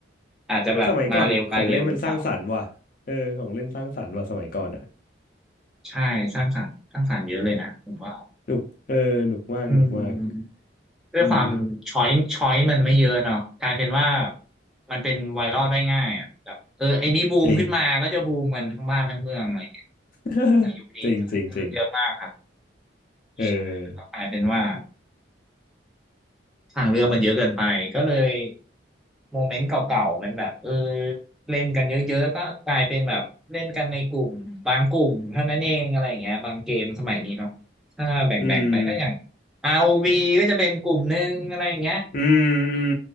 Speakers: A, in the centre; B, on the left.
A: อาจจะแบบมาเร็วไปเร็วหรือเปล่า
B: สมัยก่อนของเล่นมันสร้างสรรค์ว่ะเออของเล่นสร้างสรรค์ว่ะสมัยก่อนอ่ะ
A: ใช่สร้างสรรค์สร้างสรรค์เยอะเลยนะผมว่า
B: หนุกเออหนุกมากหนุกมาก
A: อืมด้วยความช้อยช้อยมันไม่เยอะเนาะกลายเป็นว่า
B: อืม
A: มันเป็นไวรัลได้ง่ายอ่ะแบบเออไอ้นี้บูมขึ้นมาก็จะบูมกันทั้งบ้านทั้งเมืองอะไรอย่างเงี้ย
B: จริง <laughs>
A: ในยุคนี้ทางเลือกเยอะมากครับ
B: จริงจริงจริงเออ
A: ใช่ก็กลายเป็นว่า ทางเลือกมันเยอะเกินไปก็เลยโมเมนต์เก่าๆมันแบบเออเล่นกันเยอะๆก็กลายเป็นแบบเล่นกันในกลุ่มบางกลุ่มเท่านั้นเองอะไรอย่างเงี้ยบางเกมสมัยนี้เนาะถ้าแบ่งๆไปก็อย่าง
B: อืม
A: ROV ก็จะเป็นกลุ่มหนึ่งอะไรอย่างเงี้ย
B: อืมอืม